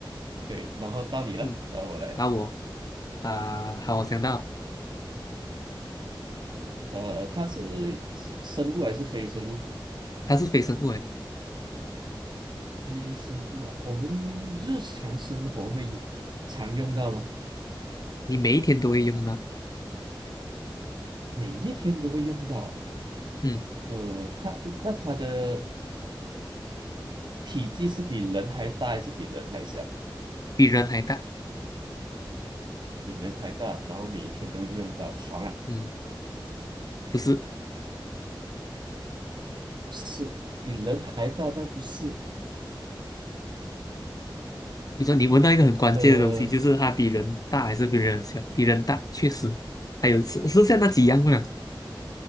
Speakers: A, on the right; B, on the left.
A: 对，然后到你了，
B: 嗯，
A: 到我来，
B: 然后我啊、好，我想到
A: 嗯呃，它是生物还是非生物？
B: 它是非生物来的，
A: 非生物啊，我们日常生活会有常用到吗？
B: 你每一天都会用到，
A: 每一天都会用到。
B: 嗯，
A: 呃，它那它的体积是比人还大还是比人还小？
B: 比人还大，
A: 比人还大，然后每一天都会用到床啊，
B: 嗯，不是。
A: 是比人还大，但不是
B: 你说你闻到一个很关键的东西，
A: 呃，
B: 就是它比人大还是比人小？比人大，确实。还有是是像那几样嘛，